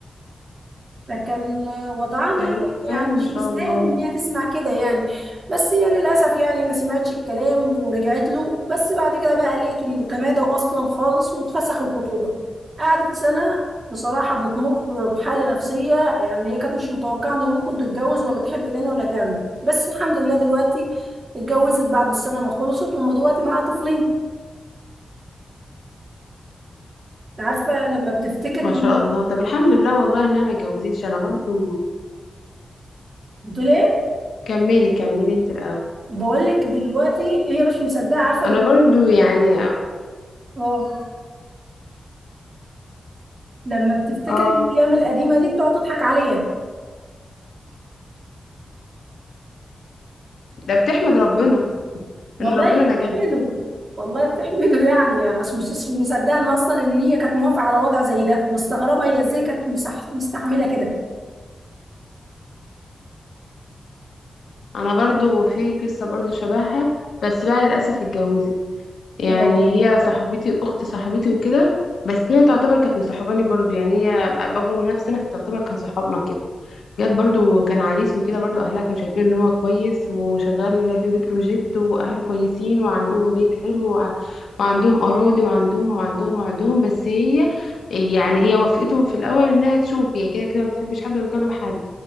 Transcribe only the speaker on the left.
كمان
ما شاء
الله
ما
شاء الله طب الحمد لله والله ان انا ما اتجوزتش انا برضو
كملي كملي انت الاول
انا برضو يعني
اه
ده بتحمد ربنا
ان ربنا نجدها
انا برضو في قصه برضو شبهها بس بقى للاسف اتجوزت يعني
هي صاحبتي اخت صاحبتي وكده بس هي تعتبر كانت مصاحباني برضو يعني هي اكبر من نفسنا فتعتبر كان صحابنا كده جت برضو كان عريس وكده برضو اهلها كانوا شايفين ان هو كويس وشغال في بتروجيت واهله كويسين وعندهم بيت حلو وع- وعندهم اراضي وعندهم وعندهم وعندهم بس هي يعني هي وافقتهم في الاول انها تشوف هي كده كده ما بتحبش حد ولا بتكلم حد